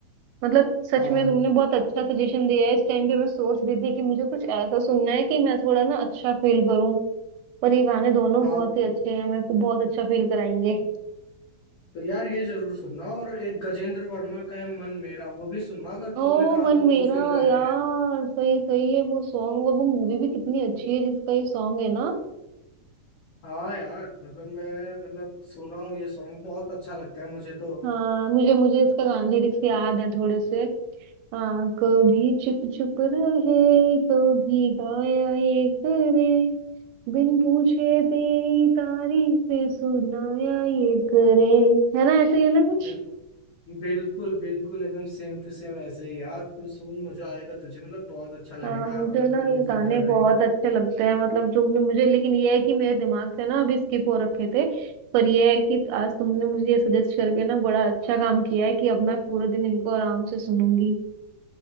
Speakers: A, on the right; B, on the left.
A: मतलब सच
B: हाँ
A: में तुमने बहुत अच्छा सजेशन दिया है इस टाइम पे मैं सोच रही थी कि मुझे कुछ ऐसा सुनना है कि मैं थोड़ा ना अच्छा फील करूं पर ये गाने दोनों
B: हाँ
A: बहुत ही अच्छे हैं मेरे को बहुत अच्छा फील कराएंगे
B: तो यार ये जरूर सुनना और एक गजेंद्र वर्मा का है मन मेरा वो भी सुनना अगर
A: ओ
B: तूने कहा
A: मन
B: तू
A: मेरा
B: लो फील कर
A: यार
B: रही है
A: सही सही है वो सॉन्ग और वो मूवी भी कितनी अच्छी है जिसका ये सॉन्ग है ना
B: हाँ यार मतलब मैं मतलब सुना हूँ ये सॉन्ग बहुत अच्छा लगता है मुझे तो
A: हाँ मुझे मुझे इसका गान लिरिक्स याद है थोड़े से हाँ कभी चुप चुप रहे कभी गाया ये करे बिन पूछे तेरी तारीफें सुनाया ये करे है ना ऐसे ही है ना कुछ
B: बिल, बिल्कुल बिल्कुल एकदम सेम टू सेम ऐसे ही यार तू सुन मजा आएगा तुझे मतलब बहुत अच्छा लगेगा
A: हाँ मुझे
B: अगर
A: ना
B: तू
A: ये
B: लो
A: गाने
B: फील कर रही
A: बहुत
B: है
A: अच्छे लगते हैं मतलब तुमने मुझे लेकिन ये है कि मेरे दिमाग से ना अभी स्किप हो रखे थे पर ये है कि आज तुमने मुझे ये सजेस्ट करके ना बड़ा अच्छा काम किया है कि अब मैं पूरे दिन इनको आराम से सुनूंगी